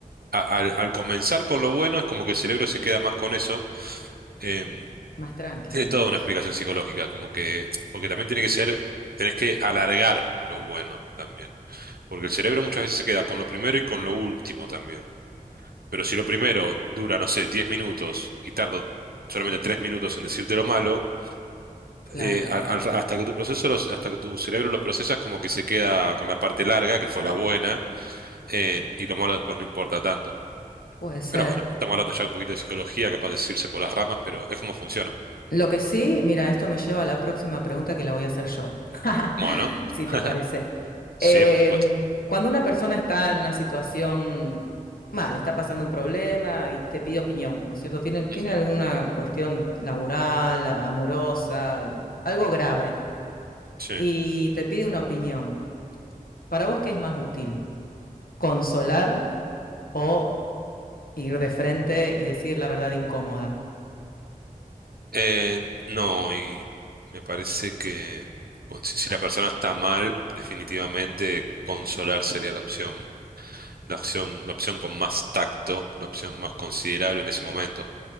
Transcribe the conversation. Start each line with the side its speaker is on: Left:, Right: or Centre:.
Right: a- al, al comenzar con lo bueno es como que el cerebro se queda más con eso. em,
Left: más tranqui,
Right: Tiene
Left: digamos.
Right: toda una explicación psicológica, como que, porque también tiene que ser, tenés que alargar lo bueno también, porque el cerebro muchas veces se queda con lo primero y con lo último también. Pero si lo primero dura, no sé, 10 minutos y tardo solamente 3 minutos en decirte lo malo,
Left: Claro.
Right: eh, a- al- hasta que tu proceso, los- hasta que tu cerebro lo procesas como que se queda con la parte larga, que fue la buena, eh, y lo malo después no importa tanto.
Left: puede ser.
Right: Pero bueno, estamos hablando ya un poquito de psicología, capaz de irse por las ramas, pero es como funciona.
Left: Lo que sí, mira, esto me lleva a la próxima pregunta que la voy a hacer yo, <laughs>
Right: Bueno,
Left: si
Right: <laughs>
Left: te parece.
Right: sí,
Left: Eh,
Right: por supuesto.
Left: cuando una persona está en una situación mal, está pasando un problema y te pide opinión, ¿no es cierto? Tiene, tiene
Right: <laughs>
Left: alguna cuestión laboral, amorosa, algo grave,
Right: Sí.
Left: y te pide una opinión. ¿Para vos qué es más útil? ¿Consolar o ir de frente y decir la verdad incómoda?
Right: Eh, no, y me parece que con- si, si la persona está mal, definitivamente consolar sería la opción, la opción, la opción con más tacto, la opción más considerable en ese momento.